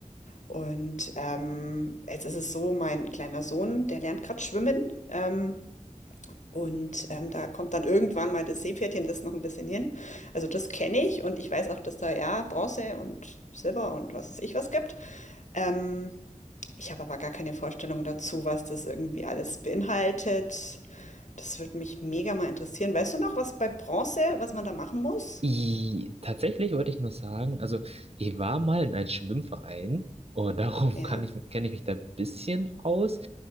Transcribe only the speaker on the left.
Und ähm, jetzt ist es so, mein kleiner Sohn, der lernt gerade schwimmen. Ähm, und ähm, da kommt dann irgendwann mal das Seepferdchen, das ist noch ein bisschen hin. Also das kenne ich und ich weiß auch, dass da ja Bronze und Silber und was weiß ich was gibt. Ähm, ich habe aber gar keine Vorstellung dazu, was das irgendwie alles beinhaltet. Das würde mich mega mal interessieren. Weißt du noch, was bei Bronze, was man da machen muss?
Ja.